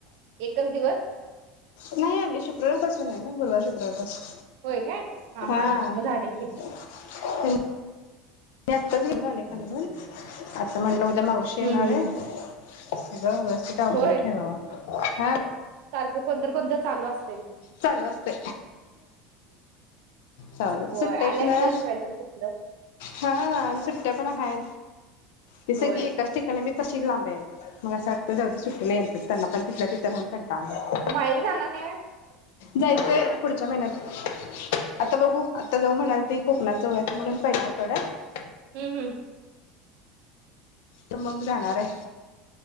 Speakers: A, on the right; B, on the left.
A: एकच दिवस
B: नाय आम्ही शुक्रवारपासून आहे ना गुरुवार शुक्रवारपासून
A: होय काय? हा
B: हा
A: मग झाले की.
B: <inaudible> म आत्ता घऊ ना
A: हम्म
B: लेखा प <unintelligible> उद्या मावशी येणार
A: हम्म.
B: आहे वस्थित अवरून
A: होय
B: ठेवा ह <unintelligible>
A: सारखं कोणतर कोण चालू असते ना
B: चालू असते जाऊ द्या
A: होय
B: सुट्ट्या आहेत
A: आल्या
B: ना?
A: गेल्याशिवाय तर कुठलं
B: हा आणि सुट्ट्या पण हा ते सगळ
A: होय
B: एकाच ठिकाणी मिळ तशी लांब मग सात तर जाऊं सुटलेला यंतच त्यांना पण तिथल्या तिथं राहून कंटाळा आला
A: म माहेर जाणार नाही
B: जायचंय पुढच्या महिन्यात आता बघू आता जाऊ म्हणालते कोकणात जाऊयात म्हणून पहिला आठवड्यात
A: हम्म हम्म
B: तर मग जाणार आहे